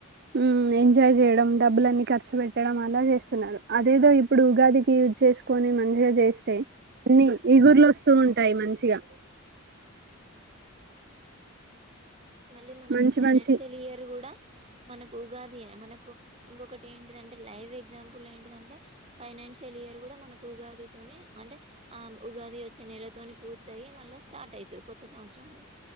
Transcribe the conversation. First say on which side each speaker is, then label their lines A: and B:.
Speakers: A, on the right (about 50°); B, on the right (about 30°).
A: హుమ్ ఎంజాయ్ చేయడం డబ్బులన్ని ఖర్చు వెట్టడం అన్ని చేస్తున్నారు అదేదో ఇప్పుడు ఉగాదికి యుస్ చేసుకొని మంచిగ్చేస్తే అన్ని ఈగుర్లోస్తూ ఉంటాయి మంచిగా
B: అవును మళ్ళీ మనకు
A: మంచి
B: ఫైనాన్షియలియర్
A: మంచి
B: కూడా మనకు ఉగాది ఏ మనకు ఇంకొకటి ఏంటిదంటే లైవ్ ఎగ్జాంపుల్ ఏంటిదంటే ఫై ఫైనాన్షియలియర్ కూడా మనకు ఉగాదితో అంటే ఆ ఉగాది వచ్చే నెలతో పూర్తయి మళ్ళ స్ట స్టాటైతది కొత్త సంవత్సం అనెస్